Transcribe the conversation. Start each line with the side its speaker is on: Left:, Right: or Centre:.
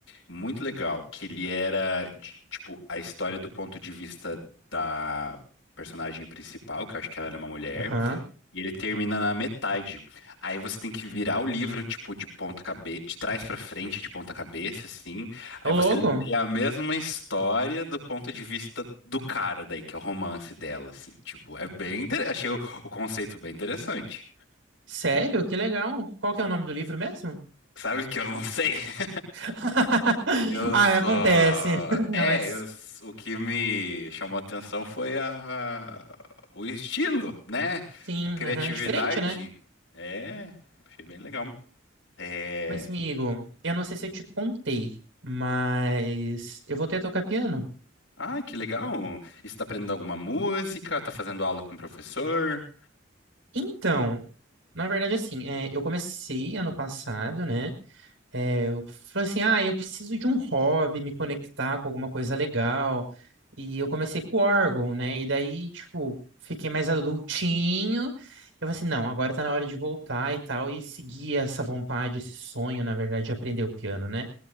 Left: muito legal, que ele era de, tipo a história do ponto de vista da personagem principal, que eu acho que ela era uma mulher.
Right: Aham.
Left: E ele termina na metade. Aí você tem que virar o livro, tipo, de ponta cabeça, de trás pra frente, de ponta cabeça, assim. Aí
Right: Ô,
Left: você
Right: louco.
Left: lê a mesma história do ponto de vista do cara daí, que é o romance dela, assim. Tipo, é bem inter... Achei o, o conceito bem interessante.
Right: Sério? Que legal. Qual que é o nome do livro mesmo?
Left: Sabe que eu não sei? <laughs>
Right: <laughs>
Left: Eu
Right: Ah,
Left: só.
Right: acontece. <laughs> Mas
Left: É, eu... s- o que me chamou a atenção foi a... o estilo, né?
Right: sim,
Left: A criatividade.
Right: aham. Diferente, né?
Left: É, achei bem legal. É.
Right: Mas, amigo, eu não sei se eu te contei, mas eu voltei a tocar piano.
Left: Ah, que legal! E você tá aprendendo alguma música? Tá fazendo aula com o professor?
Right: Então, na verdade, assim, é, eu comecei ano passado, né? É, eu falei assim, ah, eu preciso de um hobby, me conectar com alguma coisa legal. E eu comecei com o órgão, né? E daí, tipo, fiquei mais adultinho. Eu falei assim, não, agora tá na hora de voltar e tal, e seguir essa vontade, esse sonho, na verdade, de aprender o piano, né?